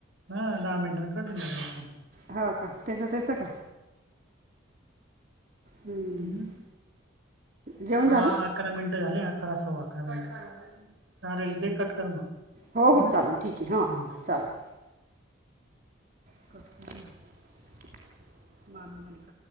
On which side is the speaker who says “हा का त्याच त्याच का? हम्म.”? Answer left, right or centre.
Right